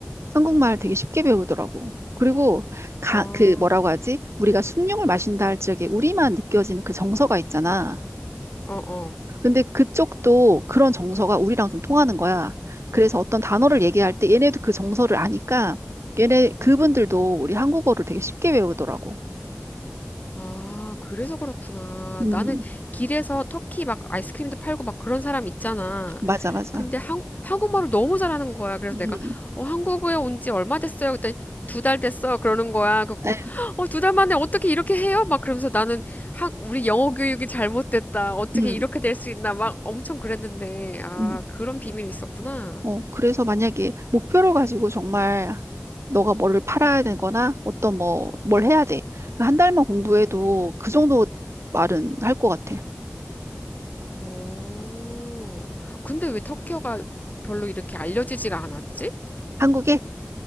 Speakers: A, on the right; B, on the left.
A: 한국말 되게 쉽게 배우더라고. 그리고 가,
B: 어,
A: 그 뭐라고 하지? 우리가 숭늉을 마신다 할 적에 우리만 느껴지는 그 정서가 있잖아.
B: 어, 어.
A: 근데 그쪽도 그런 정서가 우리랑 좀 통하는 거야. 그래서 어떤 단어를 얘기할 때 얘네도 그 정서를 아니까 얘네 그분들도 우리 한국어를 되게 쉽게 외우더라고.
B: 아, 그래서 그렇구나.
A: 음,
B: 나는 길에서 터키 막 아이스크림도 팔고 막 그런 사람 있잖아.
A: 맞아, 맞아.
B: 근데 한, 한국말을 너무 잘하는 거야. 그래서
A: 음,
B: 내가, 어, 한국에 온 지 얼마 됐어요? 그랬더니 두 달 됐어. 그러는 거야. 그래갖고,
A: 에,
B: 어, 두 달 만에 어떻게 이렇게 해요? 막 그러면서 나는 한, 우리 영어 교육이 잘못됐다. 어떻게
A: 음,
B: 이렇게 될 수 있나. 막 엄청 그랬는데, 아,
A: 음.
B: 그런 비밀이 있었구나.
A: 어, 그래서 만약에 목표를 가지고 정말 너가 뭐를 팔아야 되거나 어떤 뭐, 뭘 해야 돼. 그한 달만 공부해도 그 정도 말은 할 것 같아.
B: 어, 근데 왜 터키어가 별로 이렇게 알려지지가 않았지?
A: 한국에?